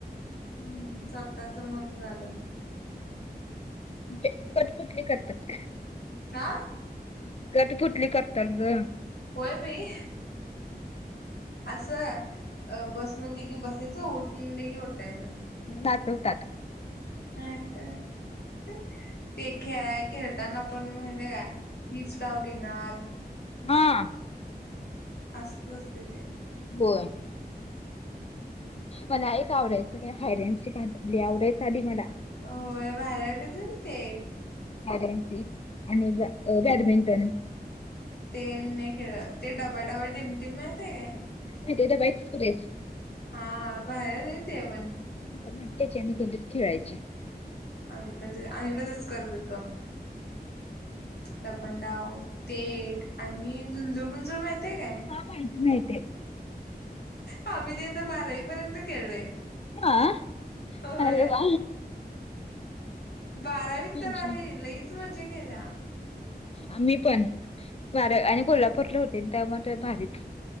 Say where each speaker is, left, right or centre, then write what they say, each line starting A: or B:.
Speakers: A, on the left (about 75°); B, on the left (about 40°).
A: हम्म स्वतःच मग झालं
B: क कुठली करतात
A: हा
B: तरता पुठली करतात ग
A: होय बाई असं अ बस म्हणले कि बसायचं ट म्हणले कि उठायचं
B: दाखवतात
A: नाही तर ते खेळाय खेळताना पण माे काय हीच डाव घेणार
B: हा
A: असत असते ते
B: कोण मला एक आवरायचं काय हयरनची काली आवरायचं आधी मला
A: हो बाहेऱ्याटच ते
B: र आणि बॅडमिंटन
A: ते नाही खेळत ते डबा डबा टम ते माहते काय
B: माहिती डबा एक्सप्रेस
A: हा बाहेरच येन त पण
B: मज यायची आम्ही कधच खेळायची
A: आम्ही पण आम्ही पण तसच करत होतो लपणडाव ते आणि झुंजूमंजूर माहितीय काय
B: का माहिती नाही ते
A: हा मी तेथ बारावी पर्यंत खेळलोय
B: हा
A: होय
B: अरे वा
A: बारावीत
B: मज्जा.
A: तर लई आम्ही मजा केल्या
B: आम्ही पण बार आणि कोल्हापूरले होते त्यामुळे भारीच